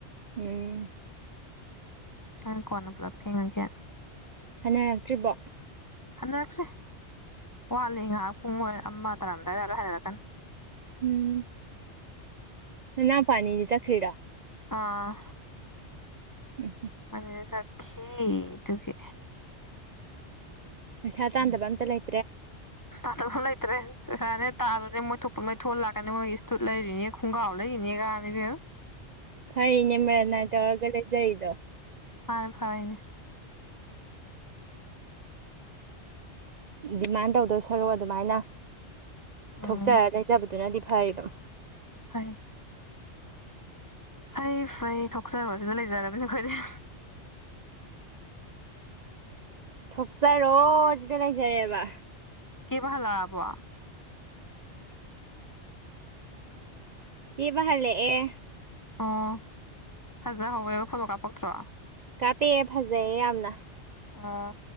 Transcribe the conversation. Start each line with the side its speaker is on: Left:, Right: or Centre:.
Right: ꯎꯝ
Left: ꯍꯣꯔꯦꯟ ꯀꯣꯟꯅ ꯄꯨꯂꯞ ꯐꯦꯡꯉꯒꯦꯟ
Right: ꯍꯟꯅꯔꯛꯇ꯭ꯔꯤꯕꯣ
Left: ꯍꯟꯅꯔꯛꯇ꯭ꯔꯤ ꯋꯥꯠꯂꯤ ꯉꯍꯥꯛ ꯄꯨꯡ ꯑꯃ ꯇꯥꯔꯝꯗꯥꯏ ꯍꯜꯂꯛꯀꯅꯤ
Right: ꯎꯝ ꯅꯅꯥꯎꯄ ꯑꯅꯤ ꯆꯠꯈ꯭ꯔꯤꯔꯣ
Left: ꯑꯥ
Right: <unintelligible>
Left: ꯃꯅꯤꯗ ꯆꯠꯈꯤ ꯑꯗꯨꯒꯤ
Right: ꯄꯩꯁꯥ ꯇꯥꯟꯗꯕ ꯑꯝꯇ ꯂꯩ
Left: ꯇꯥ ꯇꯧꯕ ꯂꯩꯇ꯭ꯔꯦ ꯄꯩꯁꯥꯅꯦ ꯇꯥꯜꯂꯨꯅꯦ ꯃꯣꯏ ꯊꯣꯛꯄ ꯑꯃ ꯂꯩꯊꯣꯛꯑꯒ ꯂꯥꯛꯀꯅꯤ ꯃꯣꯏꯒꯤ ꯁ꯭ꯇꯨꯠ ꯂꯩꯔꯤꯅꯦ ꯈꯣꯡꯒ꯭ꯔꯥꯎ ꯂꯩꯔꯤꯅꯦ ꯒꯅ ꯏꯕꯦꯝꯃ
Right: ꯐꯩꯅꯦ ꯃꯔꯟꯅꯥꯏ ꯇꯧꯔꯒ ꯂꯩꯖꯔꯤꯗꯣ
Left: ꯍꯥꯟ ꯐꯔꯤꯅꯦ
Right: ꯗꯤꯃꯥꯟ ꯇꯧꯗꯧ ꯁꯔꯨꯛ ꯑꯗꯨꯃꯥꯏꯅ
Left: ꯎꯝ
Right: ꯊꯣꯛꯆꯔ ꯂꯩꯖꯕꯗꯨꯅꯗꯤ ꯐꯔꯤꯗꯣ
Left: ꯐꯔꯦ ꯐꯩ ꯐꯩ ꯊꯣꯛꯆꯔꯣ ꯁꯤꯗ ꯂꯩꯖꯔꯕꯅꯦ ꯑꯩꯈꯣꯏꯗꯤ
Right: ꯊꯣꯛꯆꯔꯣ ꯁꯤꯗ ꯂꯩꯖꯔꯦꯕ
Left: ꯀꯦꯕ ꯍꯜꯂꯛꯑꯕꯣ
Right: ꯀꯦꯕ ꯍꯜꯂꯛꯑꯦ
Left: ꯑꯣ ꯐꯖꯍꯧꯋꯦꯕ ꯐꯣꯇꯣ ꯀꯥꯞꯄꯛꯇ꯭ꯔꯣ
Right: ꯀꯥꯞꯄꯛꯑꯦ ꯐꯖꯩꯌꯦ ꯌꯥꯝꯅ
Left: ꯑꯣ